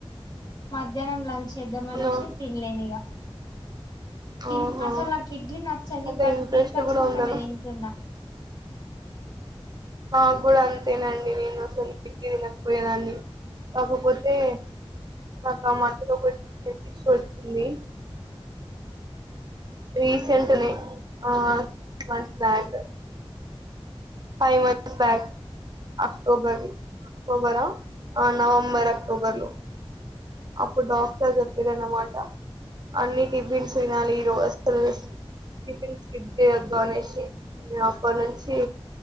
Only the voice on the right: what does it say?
అవునా
ఆహా
అట్లా
ఇంట్రెస్ట్
కూడా ఉండదు
మాగూడ అంతేనండీ నేన్ అసోంటియ్ తినకపోయేదాన్ని కాకపోత్ తె నాకామందిలో వొయ్ పెద్దిష్యు రీసెంట్నే ఆ <unintelligible> months back five months back అ ఒబరి ఒబరా నవంబర్ అక్టోబర్ లో అప్పుడు డాక్టర్ చెప్పిరన్నమాట అన్ని టిఫిన్స్ తినాలి ఈ రో అసలు టిఫిన్స్ స్కిప్ జేయొద్దు అనేసి నేను అప్ప నుంచి